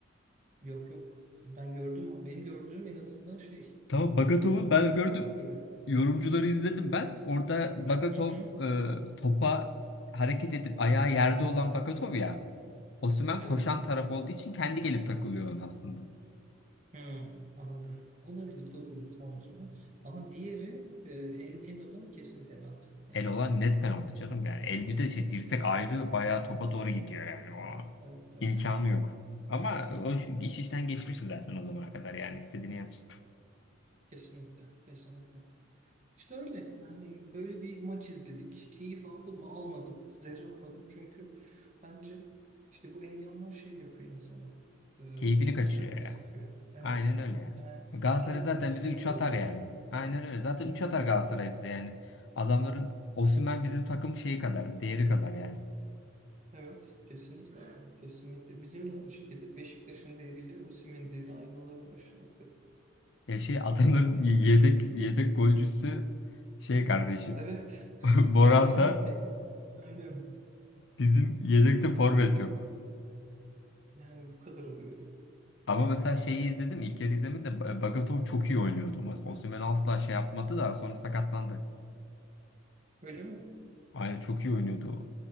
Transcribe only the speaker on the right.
Yok yok. Ben gördüm ama benim gördüğüm en azından şey
e, orada
faul
var gibi.
Hı hı.
Evet.
Hmm, anladım. Olabilir, doğrudur tamam o zaman. Ama diğeri e, el, el olan kesin penaltı. Yani
evet,
evet, evet.
Hı hı.
Kesinlikle, kesinlikle. İşte öyle yani böyle bir maç izledik. Keyif aldım mı almadım. Zerre almadım çünkü bence işte bu heyecanlar şey yapıyor insana. Ee,
canını
sıkıyor. Evet
aynen
yani
tiyatro
izliyor
gibi
oluyorsun.
Evet.
Evet, kesinlikle abi. Kesinlikle. Bizim de aynı şekilde Beşiktaş'ın değeriyle Osimhen'in değeri aynı olabilir aşağı yukarı.
Bu kadar ya.
Evet,
kesinlikle. Aynen.
Yani bu kadar oluyor. ya.
Öyle mi?